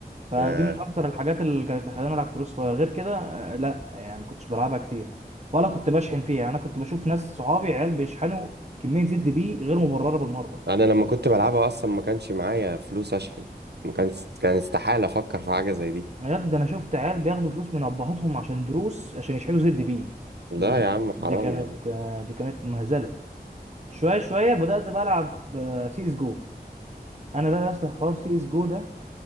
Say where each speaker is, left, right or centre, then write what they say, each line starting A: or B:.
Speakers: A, on the right; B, on the right.
A: فدي
B: آه،
A: من اكتر الحاجات اللي كانت مخلاني العب كروس فاير غير كده آه، لا يعني ما كنتش بلعبها كتير ولا كنت بشحن فيها انا كنت بشوف ناس صحابي عيال بيشحنوا كميه زد بيه غير مبرره بالمره
B: انا لما كنت بلعبها اصلا ما كانش معايا فلوس اشحن ما كان كان استحالة افكر في حاجة زي دي
A: بجد انا شفت عيال بياخدوا فلوس من ابهاتهم عشان دروس عشان يشحنوا زد بيه
B: لا
A: دي كانت
B: يا عم حرام
A: دي كانت
B: يا عم
A: آه، دي كانت مهزله شويه شويه بدات بقى العب سي اس جو انا بقى يا اسطى حوار سي اس جو ده